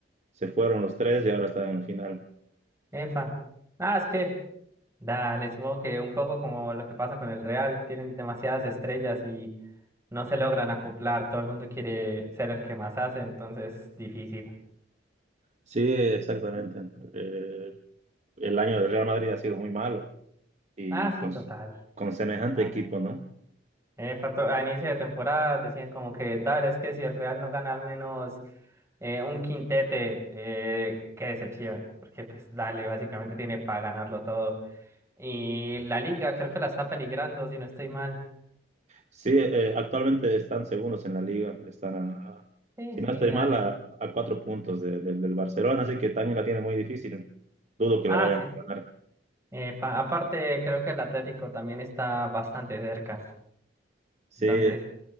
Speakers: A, on the right; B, on the right.
A: se fueron los tres y ahora están en la final.
B: Epa. Ah, es que, dale, supongo que un poco como lo que pasa con el Real, que tienen demasiadas estrellas y no se logran acoplar, todo el mundo quiere ser el que más hace, entonces difícil.
A: Sí, exactamente. Eh, el año del Real Madrid ha sido muy malo y
B: Ah,
A: con,
B: sí, total.
A: con semejante
B: Ah,
A: equipo, ¿no?
B: eh, pa' to- a inicio de temporada decían como que, dale, es que si el Real no gana al menos eh, un quintete, eh, qué decepción, porque pues dale, básicamente tiene para ganarlo todo. Y la liga creo que la está peligrando, si no estoy mal.
A: Sí, eh, actualmente están segundos en la liga, están a,
B: Sí,
A: si no
B: sí,
A: estoy
B: dale.
A: mal, a, a cuatro puntos de- de- del Barcelona, así que también la tiene muy difícil. Dudo que
B: Ah,
A: la vayan
B: sí.
A: a ganar.
B: Eh, pa- aparte, creo que el Atlético también está bastante cerca.
A: Sí,
B: Entonces,